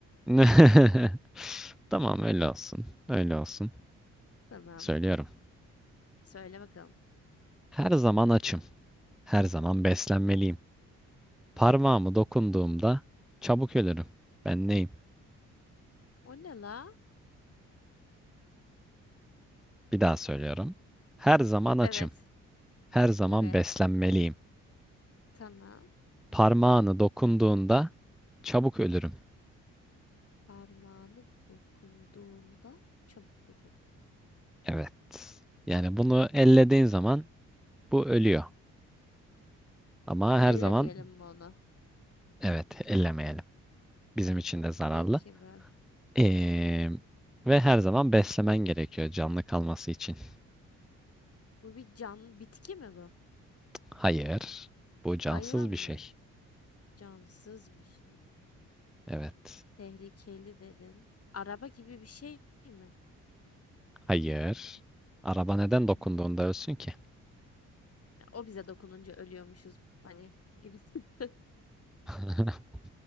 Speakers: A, in the centre; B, on the left (about 40°).
A: <laughs> Tamam öyle olsun. Öyle olsun.
B: Tamam.
A: Söylüyorum.
B: Söyle bakalım.
A: Her zaman açım. Her zaman beslenmeliyim. Parmağımı dokunduğumda çabuk ölürüm. Ben neyim?
B: O ne la?
A: Bir daha söylüyorum. Her zaman açım.
B: Evet.
A: Her zaman
B: Evet.
A: beslenmeliyim.
B: Tamam.
A: Parmağını dokunduğunda çabuk ölürüm.
B: Parmağını dokunduğunda çabuk ölür.
A: Evet. Yani bunu ellediğin zaman bu ölüyor. Ama her
B: Ellemeyelim
A: zaman
B: mi onu?
A: evet ellemeyelim. Bizim için de zararlı.
B: Ne ki bu?
A: Ee, ve her zaman beslemen gerekiyor canlı kalması için.
B: Bu bir can, bitki mi bu?
A: Hayır. Bu
B: Hayvan
A: cansız bir
B: mı?
A: şey.
B: Cansız bir şey.
A: Evet.
B: Tehlikeli dedin. Araba gibi bir şey mi?
A: Hayır. Araba neden
B: Hmm.
A: dokunduğunda ölsün ki?
B: Ya, O bize dokununca ölüyormuşuz hani gibisinden.
A: <laughs>